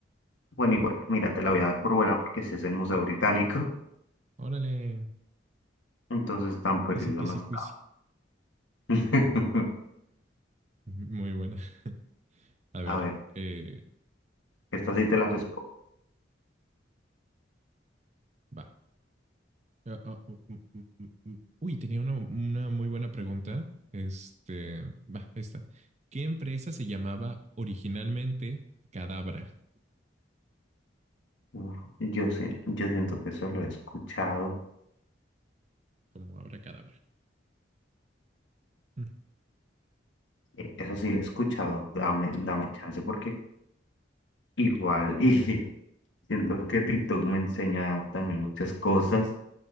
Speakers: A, on the left (about 80°); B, on the right (about 35°).
A: Bueno, igual, mira, te la voy a dar por buena porque si es el Museo Británico,
B: Órale,
A: entonces tan perdido
B: easy peasy
A: no está.
B: quizy.
A: <laughs>
B: Muy buena. <laughs> A ver,
A: A ver,
B: eh,
A: esta sí te la respondo.
B: va. Ah, ah, u- u- u- u- u- Uy, tenía una, una muy buena pregunta. Este, va, esta. ¿Qué empresa se llamaba originalmente Cadabra?
A: Uf, yo, sí- yo siento que eso lo he escuchado.
B: Como Abracadabra. Mm,
A: Eh, Eso sí lo he escuchado. Dame, dame chance porque igual, <laughs> y siento que TikTok me enseña también muchas cosas.